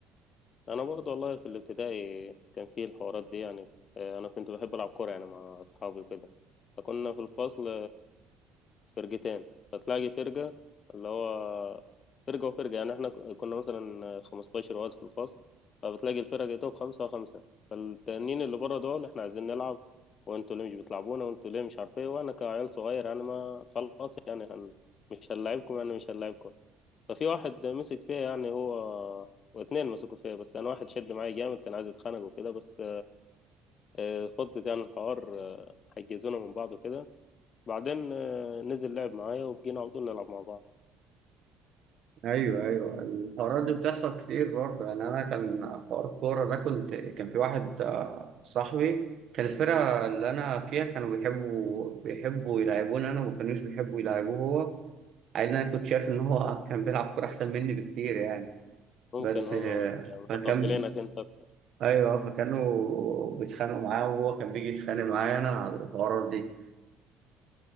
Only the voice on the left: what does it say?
أنا برضو والله في الابتدائي كان فيه الحوارات دي يعني آه، أنا كنت بحب ألعب كورة يعني مع أصحابي وكده فكنا في الفصل فرقتين فتلاقي فرقة اللي هو فرقة وفرقة يعني احنا ك- كنا مثلا 15 واد في الفصل فبتلاقي الفرق بتاعتهم خمسة وخمسة فالتانيين اللي بره دول احنا عايزين نلعب وانتوا ليه مش بتلعبونا وانتوا ليه مش عارف ايه وانا كعيال صغير يعني ما خلاص يعني هن مش هنلعبكم يعني مش هنلعبكم ففي واحد مسك فيها يعني هو واتنين مسكوا فيها بس انا واحد شد معايا جامد كان عايز يتخانق وكده بس آه، فضت يعني الحوار آه، حجزونا من بعض وكده بعدين آه، نزل لعب معايا وبقينا على طول نلعب مع بعض
ممكن
هم
متقبلينك انت أكتر.